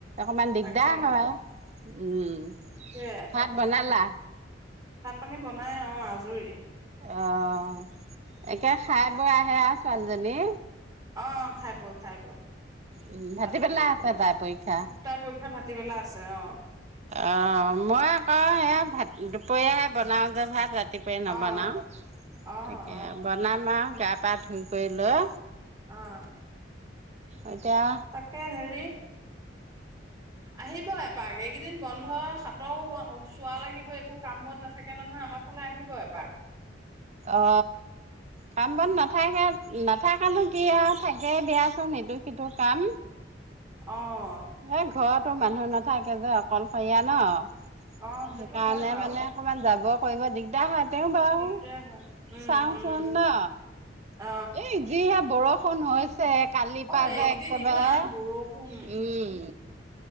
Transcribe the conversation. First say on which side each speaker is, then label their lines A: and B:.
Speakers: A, on the right; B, on the right.
A: অকমান দিগদাৰ
B: তাকে
A: হয়। উম।
B: তাকে
A: ভাত বনালা?
B: ভাত পানী বনাই, অ' আজৰি।
A: অ'। একে খাই
B: তাক
A: বৈ আহে আৰ ছোৱালী জনি
B: অ' খাই বই খাই বই,
A: উম, ভাটিবেলা
B: আজৰি হৈ
A: আছে
B: পেলাই,
A: তাইৰ পৰীক্ষা।
B: দুটা পৰীক্ষা ভাতি বেলা আছে। অ'।
A: অ' মই আকৌ সেয়া, ভাত দুপৰীয়াহে বনাও যে ভাত। ৰাতিপুৱাই
B: অ
A: নবনাও,
B: অ
A: তাকে
B: অ
A: আৰু বনাম আৰু গা গা ধুই কৰী লৈ।
B: আহ।
A: এতিয়া
B: তাকে হেৰি আহিব এপাক, এইকেইদিন বন্ধ হাতৰ চোৱা লাগিব, একো কাম বন নাথাকে নহয় আমাৰ ফালে আহিব এপাক।
A: অ কাম বন নাথাকে নাথাকানো কি আও থাকেই দিয়াচোন এটো সিটো কাম
B: অ
A: এ ঘৰতো মানুহ নাথাকে যে অকল সৰীয়া ন
B: অ সেইটো
A: সেইকাৰণে
B: হয় বাৰু
A: মানে অকমান যাব কৰিব দিগদাৰ হয় তেওঁ বাও
B: দিগদাৰ হয় উম
A: চাওঁচোন
B: উম
A: ন
B: অ
A: এ যিহে বৰ পুণৰ হৈছ ছে কালিৰ
B: অ
A: পা
B: এইকেইদিন
A: যে একেবাৰে
B: ইমান বৰষুণ
A: উম